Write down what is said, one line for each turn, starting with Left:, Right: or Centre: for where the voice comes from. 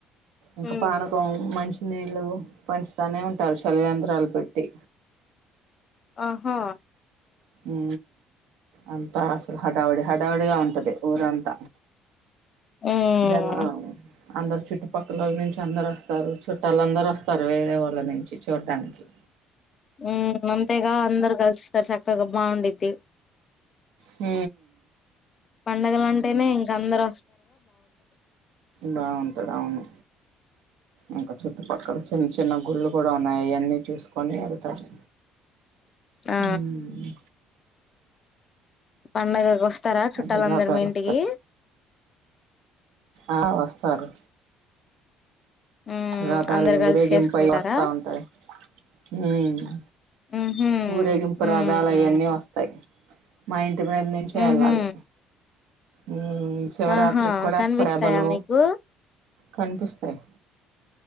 Right: ఇంక
Left: ఉమ్
Right: పానకమ్ మంచి. నీళ్ళు పంచుతానే టాల్ షలివేంద్రాల్ పెట్టి.
Left: అహా.
Right: ఊ. అంతా అసల్ హడావుడి హడావుడిగా ఉంటది ఊరంత.
Left: మ్మ్
Right: జనా అందర్ చ్ చుట్టుపక్కలొల్ నుంచి అందరొస్ తారు చుట్టాలందరొస్తారు వేరే వాళ్ళ నుంచి చూడ్డాన్కి.
Left: ఉమ్ అంతేగా అందర్ గల్స్తార్ సక్కగ బాగుండిద్ది.
Right: ఊ.
Left: పండగలంటేనే ఇంకందరొ
Right: బాగుంటది ఔను ఇంక చుట్టుపక్కల చిన్ చిన్న. గుళ్ళు కూడా ఉన్నాయ్ అయన్నీ చూస్కొని యెళ్తరు.
Left: ఆ
Right: ఊ ఉ
Left: పండగకి వస్తారా చుట్టాలందరు
Right: అదే రథాలు
Left: మీ ఇంటికి
Right: వస్తాయి ఆ వస్తారు
Left: మ్మ్
Right: రథాలు
Left: అందరు కలిసి
Right: ఊరేగింపైయి
Left: చేసుకుంటారా
Right: వస్తా ఉంటాయి హ
Left: మ్హూ
Right: ఊరేగింపు
Left: మ్మ్
Right: రథాలు అవన్నీ వస్తాయి మైండ్ ఇటు మింద నుంచే
Left: మ్హూ
Right: వెళ్ళాలి హ్ శివరాత్రికి
Left: ఆహా
Right: కూడా
Left: కనిపిస్తాయా
Right: ప్రభలు
Left: మీకు
Right: కనిపిస్తాయి